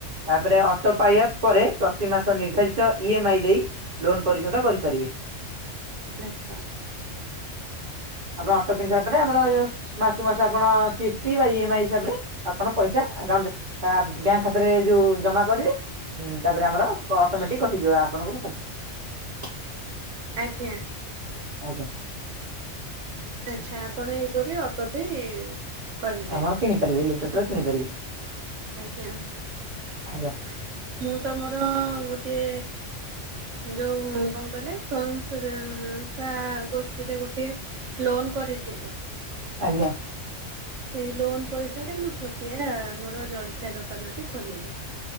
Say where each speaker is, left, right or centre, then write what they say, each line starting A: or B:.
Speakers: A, on the right; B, on the right.
A: ତାପରେ ଅଟୋ ପାଇଆ ପରେ ପ୍ରତି ମାସ ନିର୍ଦ୍ଧାରିତ ଇ ଏମ୍ ଆଇ ଦେଇ ଲୋନ ପରିଶୋଧ କରିପାରିବେ।
B: ଆଚ୍ଛା।
A: ଆପଣ ଅଟୋ କିଣି ସାରିଆ ପରେ ଆମର ଏ ଯୋଉ ମାସୁକୁ ମାସ ଆପଣ କିସ୍ତି ବା ଇ ଏମ୍ ଆଇ ହିସାବରେ ଆପଣ ପଇସା ଆ କାଉଣ୍ଟ ଆ ବ୍ୟାଙ୍କ ଖାତାରେ ଯୋଉ ଜମା କରିବେ। ହୁଁ ତାପରେ ଆମର କ ଅଟୋମେଟିକ୍ କଟିଯିବ ଆପଣଙ୍କ ଖାତା
B: ଆଜ୍ଞା।
A: ଆଜ୍ଞା
B: ଆଚ୍ଛା ଆପଣ ଏହି ପରି ଅଟୋଟି କରିଲେ।
A: ଆମର କିଣିପାରିବେ ଇଲେକ୍ଟ୍ରିଟା କିଣିପାରିବେ
B: ଆଜ୍ଞା।
A: ଆଜ୍ଞା।
B: ମୁଁ ତମର ଗୋଟିଏ ଯୋଉଁ କଣ କହିଲେ ସ୍ଵୟଂ ଶା ଏଁ ତା ଗୋଷ୍ଠୀରେ ଗୋଟିଏ ଲୋନ କରିଥିଲି।
A: ଆଜ୍ଞା
B: ସେଇ ଲୋନ୍ ପଇସା ରେ ମୁଁ ଛୋଟିଆ ମୋର ଜଳଖିଆ ଦୋକାନଟି ଖୋଲିମି।